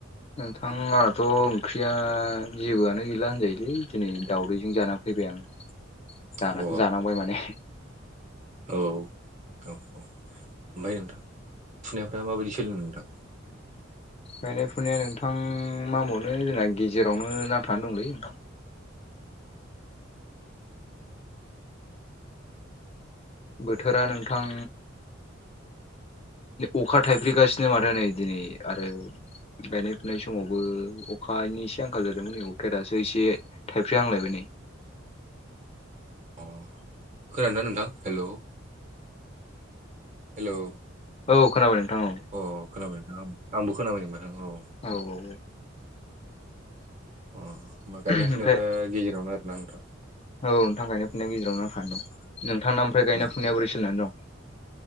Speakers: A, on the left; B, on the right.
A: नोंथां आंहथ' ओंख्रिया जेबोआनो गैला होनजायोलै दिनै दावदैजों जाना फैबाय आं ज
B: अ
A: जानांबाय माने
B: औ औ औ ओमफ्राय नोंथां फुनायफ्रा माबायदि सोलों नोंथां
A: गायनाय फुनाया नोंथां मा होनबावनो जोंना गेजेरावनो नांथानानै दंलै नोंथां बोथोरा नोंथां अखा थाइफैगासिनो माथो नै दिनै आरो गायनाय फुनाय समावबो अखानि एसे आंखाल जादोंमोन नै अखे दासो एसे थाइफि् आांलायबाय।
B: अ खोनादों ना नोंथां हेल' हेलौ
A: औ खोनाबाय नोंथां औ।
B: अ खोनाबाय आंबो खोनाबाय नोंथां औ।
A: औ औ औ।
B: अ हामबा गायनाय
A: ओमफ्राय
B: फुनायफ्रा गेजेरावनो आरोना नोंथां।
A: औ नोंथां गायनाय फुनायनि गेजेरावनों नांथाना दं नोंथां ओमफ्राय गायनाय
B: अ
A: फुंनाया बोरै सोलिनानै दं?